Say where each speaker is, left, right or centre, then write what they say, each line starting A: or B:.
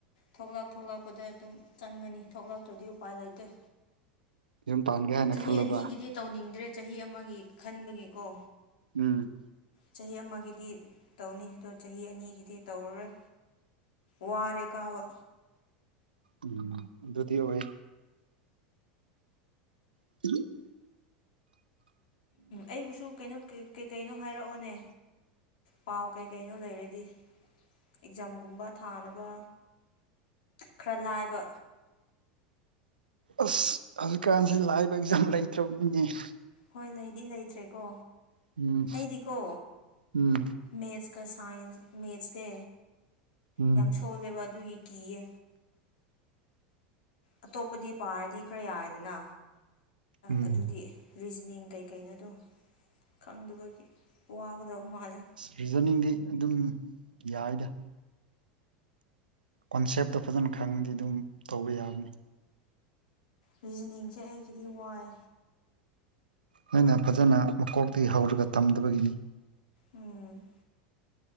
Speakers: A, on the left; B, on the right.
A: ꯊꯣꯛꯂꯛ ꯊꯣꯛꯂꯛꯄꯗ ꯑꯗꯨꯝ ꯆꯪꯒꯅꯤ ꯊꯣꯛꯂꯛꯇ꯭ꯔꯗꯤ ꯎꯄꯥꯏ ꯂꯩꯇꯦ
B: ꯌꯨꯝ ꯄꯥꯟꯒꯦ ꯍꯥꯏꯅ
A: ꯆꯍꯤ
B: ꯈꯜꯂꯕ
A: ꯑꯅꯤꯒꯤꯗꯤ ꯇꯧꯅꯤꯡꯗ꯭ꯔꯦ ꯆꯍꯤ ꯑꯃꯒꯤ ꯈꯟꯕꯒꯤꯀꯣ
B: ꯎꯝ
A: ꯆꯍꯤ ꯑꯃꯒꯤꯗꯤ ꯇꯧꯅꯤ ꯑꯗꯣ ꯆꯍꯤ ꯑꯅꯤꯒꯤꯗꯤ ꯇꯧꯔꯔꯣꯏ ꯋꯥꯔꯦ ꯀꯥꯕ
B: ꯎꯝ ꯑꯗꯨꯗꯤ ꯑꯣꯏ <inaudible>
A: ꯑꯩꯕꯨꯁꯨ ꯀꯩꯅꯣ ꯀꯩ ꯀꯩꯅꯣ ꯍꯥꯏꯔꯛꯑꯣꯅꯦ ꯄꯥꯎ ꯀꯩꯀꯩꯅꯣ ꯂꯩꯔꯗꯤ ꯑꯦꯛꯖꯥꯝꯒꯨꯝꯕ ꯊꯥꯅꯕ ꯈꯔ ꯂꯥꯏꯕ
B: ꯑꯁ ꯍꯧꯖꯤꯛꯀꯥꯟꯁꯤ ꯂꯥꯛꯕ ꯑꯦꯛꯖꯥꯝ ꯂꯩꯇ꯭ꯔꯕꯅꯤꯅꯦ
A: ꯍꯣꯏ ꯂꯩꯗꯤ ꯂꯩꯇ꯭ꯔꯦꯀꯣ
B: ꯎꯝ
A: ꯑꯩꯗꯤꯀꯣ
B: ꯎꯝ
A: ꯃꯦꯠꯁꯀ ꯁꯥꯏꯟꯁ ꯃꯦꯠꯁꯦ
B: ꯎꯝ
A: ꯌꯥꯝ ꯁꯣꯜꯂꯦꯕ ꯑꯗꯨꯒꯤ ꯀꯤꯌꯦ ꯑꯇꯣꯞꯄꯗꯤ ꯄꯥꯔꯗꯤ ꯈꯔ ꯌꯥꯔꯦꯗꯅ
B: ꯎꯝ
A: ꯑꯗꯨꯗꯤ ꯔꯤꯖꯅꯤꯡ ꯀꯩꯀꯩꯅꯗꯣ ꯈꯪꯗꯕꯒꯤ ꯋꯥꯒꯗꯕ ꯃꯥꯜꯂꯦ
B: ꯔꯤꯖꯅꯤꯡꯗꯤ ꯑꯗꯨꯝ ꯌꯥꯏꯗ ꯀꯣꯟꯁꯦꯞꯇꯣ ꯐꯖꯅ ꯈꯪꯉꯗꯤ ꯑꯗꯨꯝ ꯇꯧꯕ ꯌꯥꯕꯅꯤ
A: ꯔꯤꯖꯅꯤꯡꯁꯦ ꯑꯩꯒꯤꯗꯤ ꯋꯥꯏ
B: ꯅꯣꯏꯅ ꯐꯖꯅ ꯃꯀꯣꯛꯇꯒꯤ ꯍꯧꯔꯒ ꯇꯝꯗꯕꯒꯤꯅꯤ
A: ꯎꯝ